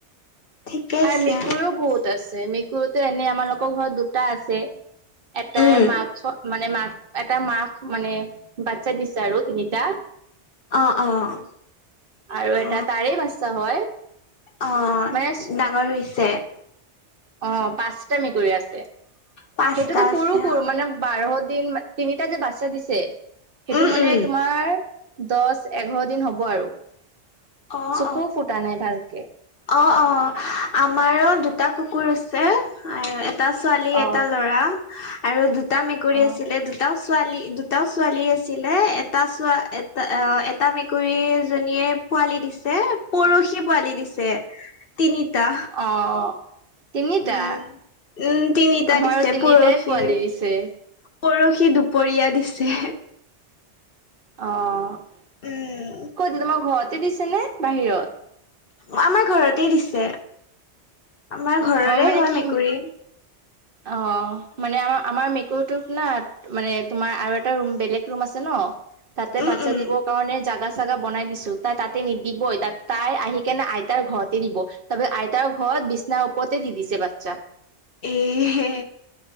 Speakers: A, on the left; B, on the right.
A: ঠিকে আছে
B: আৰু মেকুৰীও বহুত আছে মেকুৰীতো এনে আমাৰলোকৰ ঘৰত দুটা আছে। এটাই
A: উম
B: মাক মানে মাক এটা মাক মানে বাচ্ছা দিছে আৰু তিনিটা।
A: অ' অ'
B: আৰু এটা
A: অ
B: তাৰে বাচ্ছা হয়।
A: অ'
B: মানে
A: ডাঙৰ হৈছে,
B: অ' পাঁচটা মেকুৰী আছে
A: পাঁচটা
B: সেইটোতো
A: আছে
B: সৰু সৰু
A: অ
B: মানে বাৰ দিন তিনিটা যে বাচ্ছা দিছে সেইটো
A: উম
B: মানে
A: উম
B: তোমাৰ দহ এঘাৰ দিন হ'ব আৰু।
A: অ'
B: চকু ফুটা নাই ভালকে
A: অ' অ' অ' আমাৰো দুটা কুকুৰ আছে। এটা ছোৱালী
B: অ
A: এটা ল'ৰা আৰু দুটা মেকুৰী
B: অ
A: আছিলে দুটা দুটাও ছোৱালী দুটাও ছোৱালী আছিলে এটা চোৱা এটা টা মেকুৰীজনীয়ে পোৱালি দিছে পৰহি পোৱালি দিছে তিনিটা।
B: অ' তিনিটা!
A: উম, উম, তিনিটা
B: আমাৰো
A: দিছে
B: তিনিটাই
A: পৰহি।
B: পোৱালি দিছে।
A: পৰহি দুপৰীয়া দিছে।
B: অ'
A: উম,
B: ক'ত তোমাক ঘৰতে দিছে নে বাহিৰত?
A: আমাৰ ঘৰতেই দিছে। আমাৰ ঘৰৰে
B: মানে
A: হয়
B: কি
A: মেকুৰী।
B: অ' মানে আমাৰ আমাৰ মেকুৰীটোত না মানে তোমাৰ আৰু এটা ৰুম বেলেগ ৰুম আছে ন তাতে
A: উম,
B: বাচ্ছা
A: উম,
B: দিব কাৰণে জাগা জেগা বনাই দিছো তাই তাতে নিদিবই ত তাই আহি কেনে আইতাৰ ঘৰতে দিব। তাৰপিছত আইতাৰ ঘৰত বিচনাৰ ওপৰতে দি দিছে বাচ্ছা।
A: এহে